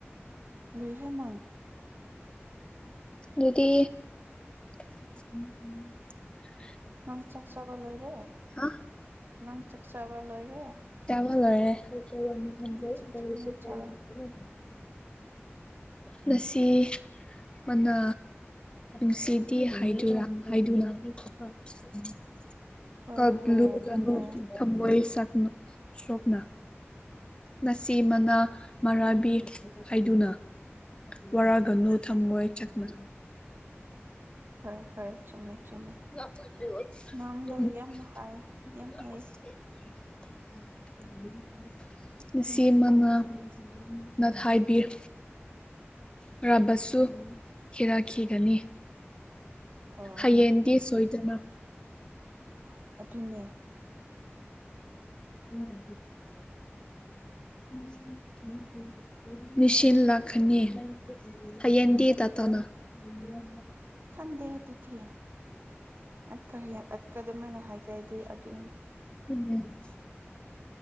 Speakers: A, on the right; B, on the left.
A: ꯂꯏꯔꯦ ꯅꯪ
B: ꯗꯨꯗꯤ ꯎꯝ
A: ꯅꯪ ꯆꯥꯛ ꯆꯕ ꯂꯣꯏꯔꯦ
B: ꯍꯥ
A: ꯅꯪ ꯆꯥꯛ ꯆꯥꯕ ꯂꯣꯏꯔꯦ
B: <unintelligible>
A: ꯃꯆꯤꯟ
B: <unintelligible>
A: ꯊꯤꯒꯅꯨ ꯆꯥꯔꯣ
B: ꯉꯁꯤ ꯃꯅꯥ ꯉꯁꯤꯗꯤ ꯍꯥꯏꯗꯨꯔ ꯍꯥꯏꯗꯨꯅ <unintelligible>
A: ꯍꯣꯏ ꯍꯣꯏ ꯑꯗꯨꯅꯦ
B: ꯊꯝꯕꯣꯣꯏ ꯁꯛꯅ ꯁꯣꯀꯗꯥ ꯉꯁꯤ ꯃꯅꯥ ꯃꯔꯥꯕꯤꯠ ꯍꯥꯏꯗꯨꯅ ꯋꯥꯔꯒꯅꯨ ꯊꯝꯣꯏ ꯆꯠꯅ
A: ꯍꯣꯏ ꯍꯣꯏ ꯆꯨꯝꯃꯦ ꯆꯨꯝꯃꯦ
B: <unintelligible>
A: ꯅꯪꯗꯣ ꯌꯥꯝꯅ ꯍꯥꯏ ꯌꯥꯝ ꯍꯩꯌꯦ
B: ꯎ ꯁꯤꯃꯅ ꯅ ꯍꯥꯏꯕꯤꯌꯨ ꯎꯝ ꯔꯕꯁꯨ ꯊꯤꯔꯛꯈꯤꯒꯅꯤ
A: ꯍꯣꯏ
B: ꯍꯌꯦꯡꯗꯤ
A: ꯍꯣꯏ
B: <unintelligible>
A: ꯍ ꯑꯗꯨꯅꯦ
B: ꯎꯝ ꯎꯅ <unintelligible> ꯅꯤꯡꯁꯤꯟ ꯂꯥꯛꯀꯅꯤ ꯍꯌꯦꯟꯗꯤ ꯇ ꯊꯣꯅ ꯑꯗꯨꯕꯤ
A: ꯈꯗꯦ ꯑꯗꯨꯊꯤ ꯑ ꯀꯔꯤ ꯑꯗ ꯀꯗ ꯃꯅ ꯍꯥꯏꯦ ꯍꯥꯏ ꯑ ꯑꯗꯨ
B: ꯎꯝ